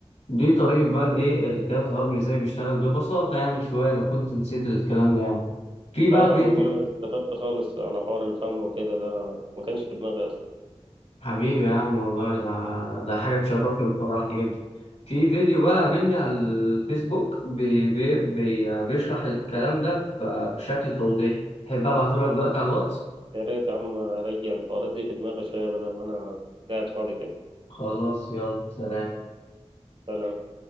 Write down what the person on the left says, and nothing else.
دي طريقة بقى الايه الجهاز الهضمي ازاي بيشتغل ببساطة يعني شوية لو كنت نسيت الكلام ده يعني في بقى
فيديو
حبيبي يا عم والله ده ده حاجة تشرفني وتفرحني جدا في فيديو بقى قابلني على الفيسبوك بي بي بي بيشرح الكلام ده ب- بشكل توضيحي تحب ابعته لك دلوقتي
على الواتس
خلاص يلا سلام